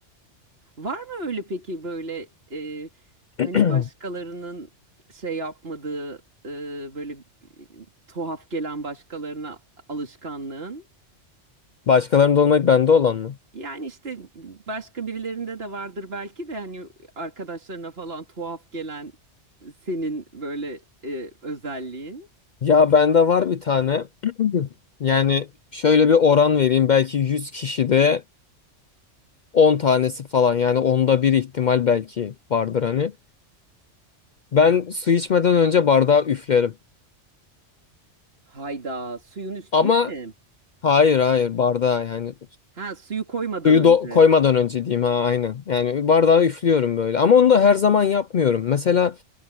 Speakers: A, on the right; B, on the left.
A: Var mı öyle peki böyle e, hani
B: <clears throat>
A: başkalarının şey yapmadığı e, böyle e, tuhaf gelen başkalarına alışkanlığın?
B: başkalarında olmayıp bende olan mı?
A: Yani işte başka birilerinde de vardır belki de hani arkadaşlarına falan tuhaf gelen senin böyle e, özelliğin.
B: Ya bende var bir tane. <clears throat> Yani şöyle bir oran vereyim. Belki 100 kişide 10 tanesi falan. Yani onda bir ihtimal belki vardır hani. Ben su içmeden önce bardağı üflerim.
A: Hayda suyun üstüne
B: Ama
A: mi?
B: hayır hayır bardağı yani.
A: Ha suyu koymadan
B: Suyu
A: önce.
B: do- koymadan önce diyeyim ha aynen. Yani bardağı üflüyorum böyle. Ama onu da her zaman yapmıyorum. Mesela